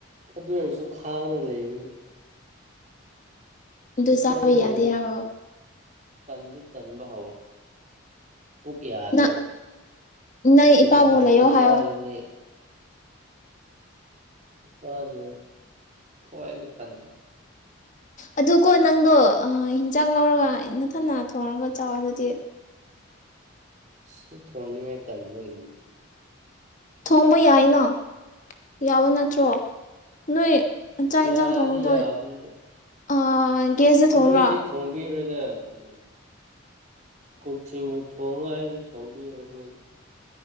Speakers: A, on the right; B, on the left.
A: ꯑꯗꯨ ꯑꯣꯏꯔꯁꯨ ꯈꯥꯡꯉꯒ ꯂꯩꯕꯅꯤ
B: ꯑꯗꯨ
A: ꯃꯁꯇꯗ
B: ꯆꯥꯕ
A: ꯂꯩꯕꯗ
B: ꯌꯥꯗꯦ ꯍꯥꯏꯕ꯭ꯔꯣ
A: ꯇꯗꯨ ꯇꯟꯕ ꯍꯜ ꯄꯨꯛ ꯌꯥꯗ꯭ꯔꯦꯕ
B: ꯅꯪ ꯅꯪ
A: ꯁꯨꯄꯔꯐꯥꯏꯚꯃꯨꯛ
B: ꯏꯄꯥꯕꯨ ꯂꯩꯌꯣ ꯍꯥꯏꯌꯣ
A: ꯆꯥꯒꯅꯤ ꯑ ꯍ ꯇꯅꯤ
B: ꯑꯗꯨ ꯀꯣ ꯅꯪꯗꯣ ꯑ ꯍꯤꯟꯖꯥꯛ ꯂꯧꯔꯒ ꯏꯟꯊꯟꯊꯣꯡꯑꯒ ꯆꯥꯎꯥ ꯑꯗꯨꯗꯤ
A: ꯁꯇ ꯊꯣꯅꯤ ꯃ ꯇꯟꯃꯅꯤ
B: ꯊꯣꯡꯕ ꯌꯥꯏꯅꯣ ꯌꯥꯕ ꯅꯠꯇ꯭ꯔꯣ ꯅꯣꯏ ꯆꯥꯛ
A: ꯌꯥꯗ
B: ꯌꯦꯟꯁꯥꯡ ꯊꯣꯡꯕꯗꯣ
A: ꯌꯥꯅꯦ
B: ꯑ ꯒ꯭ꯌꯥꯁꯇ ꯊꯣꯡꯕ꯭ꯔꯣ
A: ꯃꯣꯏꯗꯤ ꯊꯣꯡꯕꯤꯔꯣꯏꯗ ꯎꯝ ꯀꯛꯁꯤꯡꯕꯨ ꯊꯣꯡꯉꯣ ꯍꯥꯏꯔꯁꯨ ꯊꯣꯡꯕꯤꯔꯣꯏ ꯅꯣꯏꯗꯤ